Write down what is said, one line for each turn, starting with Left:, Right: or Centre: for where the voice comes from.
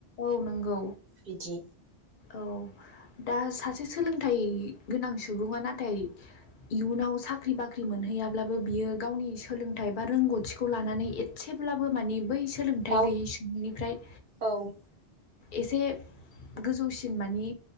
Left: औ नंगौ
Right: बिदि
Left: औ दा सा। सासे सोलोंथाइ गोनां सुबुङा नाथाय । इयुनाव साख्रि बाख्रि मोनहैयाब्लाबो बियो गावनि सोलोंथाइ बा रोंगौथिखौ लानानै एथसे। ब्लाबो मानि बै सोलोंथाइ
Right: दाउ
Left: गैयै सुबुंनिफ्राय।
Right: औ।
Left: एसे गोजौसिन मानि